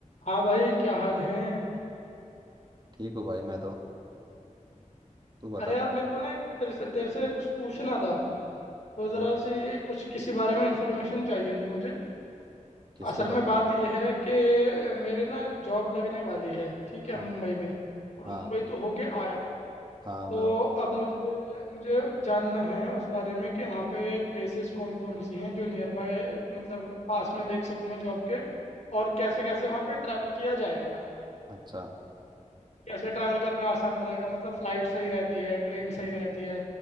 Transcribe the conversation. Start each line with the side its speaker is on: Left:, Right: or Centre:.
Left: हाँ भाई क्या हाल है
Right: ठीक हूँ भाई मैं तो तू बता
Left: अरे यार मेरे को ना एक तेरे से तेरे से कुछ पूछना था तो ज़रा
Right: तू
Left: सी कुछ किसी बारे में इंफॉर्मेशन चाहिए थी मुझे
Right: किसके
Left: असल
Right: बारे
Left: में बात
Right: में
Left: यह है कि मेरे ना जॉब लगने वाली है ठीक है
Right: हाँ
Left: मुंबई में और
Right: हाँ
Left: मुंबई तो होके आया था
Right: हाँ
Left: तो
Right: मैं हूँ।
Left: अब मुझे मुझे जानना है उस बारे में कि वहाँ पे प्लेसेस कौन कौन सी हैं जो नियर बाय मतलब पास में देख सकूँ मैं जॉब के और कैसे कैसे वहाँ पे ट्रैवल किया जाएगा
Right: अच्छा
Left: कैसे ट्रैवल करना आसान रहेगा मतलब फ्लाइट सही रहती है ट्रेन सही रहती है